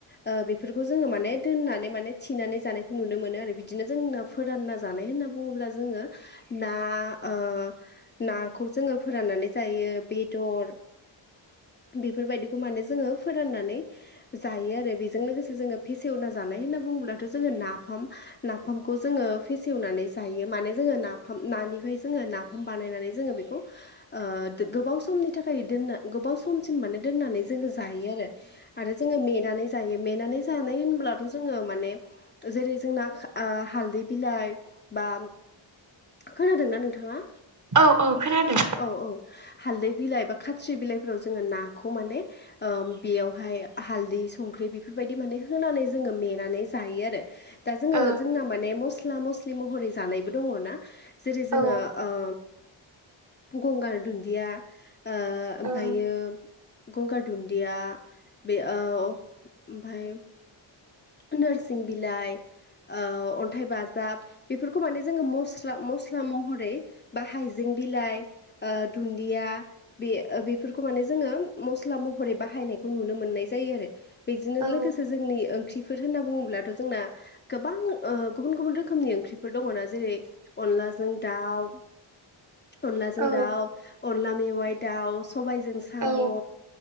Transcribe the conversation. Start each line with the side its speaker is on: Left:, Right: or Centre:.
Left: ओ बेफोरखौ जोंङो माने दोननानै माने थिनानै जानायखौ नुनो मोनो आरो बिदिनो जोंना फोरानना जानाय होनना बुङोब्ला जोंङो ना ओ नाखौ जोंङो फोराननानै जायो बेदर बेफोरबायदिखौ माने जोंङो फोराननानै जायो आरो बेजों लोगोसे जोंङो फेसेवना जानाय होनना बुङोब्लाथ' जोंङो नाफाम नाफामखौ जोंङो फेसेवनानै जायो माने जोंङो नाफाम नानिफ्राय जोंङो ना फाम बानायनानै जोंङो बेखौ ओ गोबाव समनि थाखाय दोनना गोबाव समसिम माने दोननानै जोंङो जायो आरो। आरो जोंङो मेनानै जायो मेनानै जानाय होनब्लाथ' जोंङो माने जेरै जोंना ओ हालदै बिलाइ बा खोनादोंना नोंथाङा
Right: औ औ खोनादों।
Left: औ औ हालदै बिलाइ बा खाथ्रि बिलाइफोराव जोंङो नाखौ माने ओ बेयावहाय हालदै संख्रि बेफोरबायदि माने होनानै जोंङो मेनानै जायो आरो। दा जोंङो
Right: ओ
Left: जोंना माने मस्ला मस्लि महरै जानायबो दङ ना। जेरै जोंङो
Right: औ
Left: ओ गंगार दुन्दिया ओ ओमफ्रायो
Right: ओ
Left: गंगार दुन्दिया बे ओ ओमफाय नोरसिं बिलाइ ओ अन्थाइ बाजाब बेफोरखौ माने जोंङो मस्ला-मस्ला महरै बा हाइजें बिलाइ ओ दुन्दिया बे-बेफोरखौ माने जोंङो मस्ला महरै बाहायनायखौ नुनो मोननाय जायो आरो। बेजोंनो
Right: औ
Left: लोगोसे जोंनि ओंख्रि बेफोर होनना बुंङोब्लाथ' जोंना गोबां ओ गुबुन-गुबुन रोखोमनि ओंख्रिफोर दंङना जेरैय अनला जों दाउ अनलाजों
Right: औ
Left: दाउ अनला मेवाइ दाउ सबायजों साम
Right: औ
Left: ओ